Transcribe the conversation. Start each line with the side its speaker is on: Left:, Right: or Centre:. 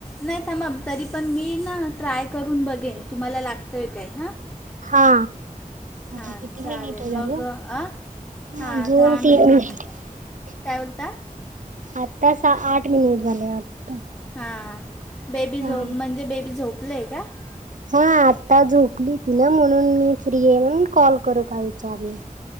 Left: नाही थांबा तरी पण मी ना ट्राय करून बघेन तुम्हाला लागतंय काय हां <unintelligible>
Right: हा आता
Left: हां
Right: किती
Left: चालेल
Right: मिनिट झाले
Left: मग आ
Right: हा
Left: हां
Right: दोन
Left: दहा मिनिट
Right: तीन <unintelligible>
Left: काय बोलता
Right: आत्तासा आठ मिनिट झाले वाटत
Left: हां बेबी
Right: हा.
Left: झोप म्हणजे बेबी झोपलं आहे का <unintelligible>
Right: हा आत्ता झोपली ती ना म्हणून मी फ्री आहे म्हणून कॉल करू का विचारल <unintelligible>